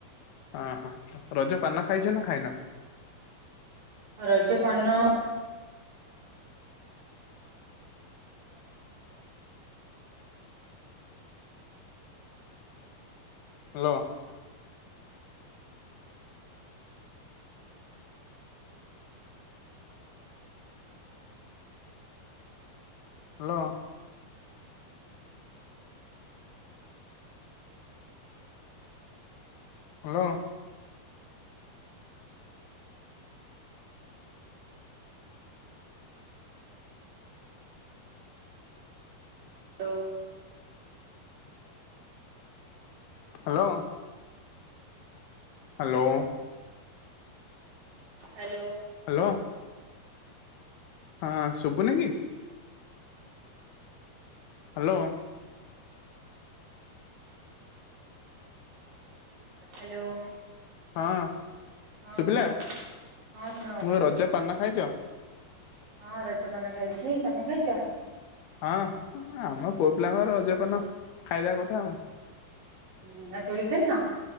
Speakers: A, on the left (about 80°); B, on the right (about 60°).
A: ଓହୋ ରଜ ପାନ ଖାଇଛ ନା ଖାଇନ?
B: ରଜ ପାନ ନ
A: hello. Hello. Hello.
B: Hello
A: hello. Hello.
B: Hello.
A: Hello. ହଁ ଶୁଭୁନି କି? ହ୍ୟାଲୋ।
B: ହ୍ୟାଲୋ।
A: ହଁ।
B: ହଁ
A: ଶୁଭିଲା
B: କୁହ
A: ମୁଁ
B: ହଁ ଶୁଣାଗଲା।
A: କହିଲି ରଜ ପାନ ଖାଇଚ?
B: ହଁ ରଜପାନ ଖାଇଛି ତମେ ଖାଇଛ?
A: ହଁ ଆମ ପୁଅପିଲାଙ୍କର ରଜପାନ ଖାଇବା କଥା ଆଉ।
B: ହଁ ଆଉ ଦୋଳି ଖେଳିନ?